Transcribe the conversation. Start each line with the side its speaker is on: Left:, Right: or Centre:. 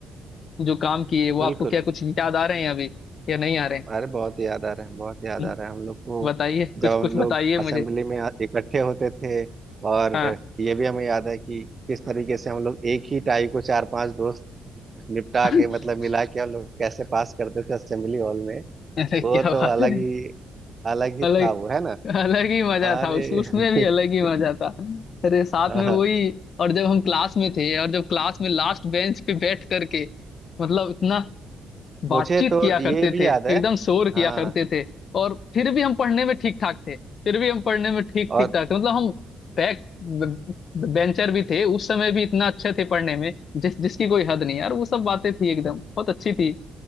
Left: जो काम किए वो
Right: बिल्कुल
Left: आपको क्या कुछ याद आ रहे हैं अभी या नहीं आ रहे हैं
Right: अरे बहुत याद आ रहा है बहुत याद
Left: हम्म,
Right: आ रहा है हम लोग को
Left: बताइए कुछ
Right: जब हम
Left: कुछ बताइए
Right: लोग असेंबली
Left: मुझे
Right: में आ- इकट्ठे होते थे और
Left: हाँ
Right: ये भी हमें याद है कि किस तरीके से हम लोग एक ही टाई को चार पांच दोस्त निपटा
Left: <laughs>
Right: के मतलब मिला के हम लोग कैसे पास करते थे असेंबली हॉल में
Left: अरे क्या
Right: वो तो
Left: बात
Right: अलग
Left: है
Right: ही अलग ही
Left: अलग
Right: था वो है ना
Left: अलग ही मजा
Right: अरे
Left: था उस उसमें
Right: <laughs>
Left: भी अलग ही मजा था अरे साथ
Right: हाँ
Left: में
Right: हाँ।
Left: वही और जब हम क्लास में थे और जब क्लास में लास्ट बेंच पे बैठ करके मतलब इतना
Right: मुझे
Left: बातचीत
Right: तो
Left: किया
Right: ये
Left: करते
Right: भी
Left: थे
Right: याद है
Left: एकदम शोर किया
Right: हाँ
Left: करते थे और फिर भी हम पढ़ने में ठीक ठाक थे फिर भी हम पढ़ने में ठीक
Right: और
Left: ठीक ठाक थे मतलब हम बैक बेंचर भी थे उस समय भी इतना अच्छे थे पढ़ने में जिस जिसकी कोई हद नहीं यार वो सब बातें थी एकदम बहुत अच्छी थी